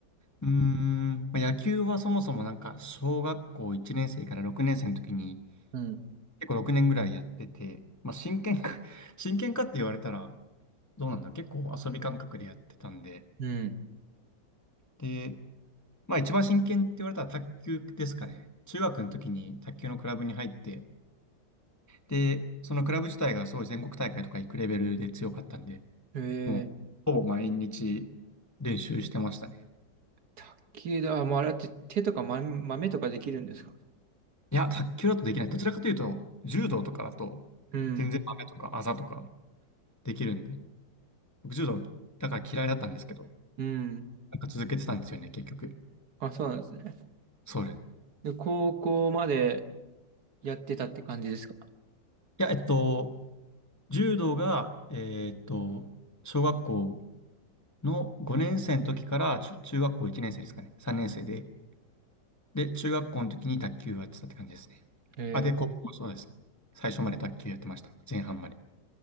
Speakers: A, on the left (about 15°); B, on the right (about 60°).
A: うーん、まあ、野球はそもそもなんか小学校1年生から6年生の時に
B: うん。
A: 結構6年ぐらいやってて、まあ、真剣か <laughs> 真剣かって言われたら、どうなんだろう、結構遊び感覚でやってたんで、
B: うん。
A: で、まあ一番真剣って言われたら卓球ですかね。中学の時に卓球のクラブに入って、で、そのクラブ自体がすごい全国大会とか行くレベルで強かったんで、
B: ええ
A: もうほぼ毎日練習してましたね。
B: 卓球だ。あもうあれって手とかま、豆とかできるんですか
A: いや、卓球だとできない。どちらかというと、柔道とかだと、
B: うん。
A: 全然雨とかあざとかできるんで、僕柔道だから嫌いだったんですけど、
B: うん。
A: なんか続けてたんですよね、結局。
B: あ、そうなんですね。
A: そうね。
B: で、高校までやってたって感じですか
A: いや、えっと、柔道が、えーっと、小学校の5年生の時から中、中学校1年生ですかね。3年生で。で、中学校の時に卓球をやってたって感じですね。
B: え
A: あ、で、高校、そうですね。最初まで卓球やってました。前半まで。